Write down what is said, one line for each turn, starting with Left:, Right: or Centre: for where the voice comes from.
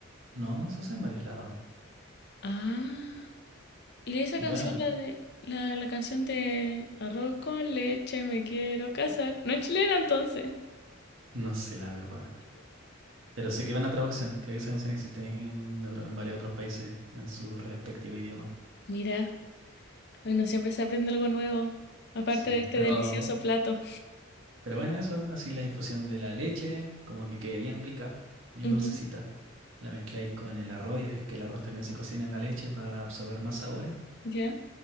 Right: No, se hace en varios lados.
Left: Ah. Y esa
Right: Y
Left: canción,
Right: bueno,
Left: la de la, la canción de Arroz con leche, me quiero casar. No es chilena entonces.
Right: No sé la verdad. Pero sé que van a traducción. Creo que esa canción existe en, otro- en varios otros países en su respectivo idioma.
Left: Mira, bueno, siempre se aprende algo nuevo. Aparte
Right: Sí.
Left: de este
Right: Pero,
Left: delicioso plato.
Right: pero bueno, eso. Así la infusión de la leche, como que quede bien rica, bien
Left: Ujú,
Right: dulcecita. La mezcláis con el arroz y dejas que el arroz también se cocine en la leche para absorber más sabores.
Left: ¿Ya?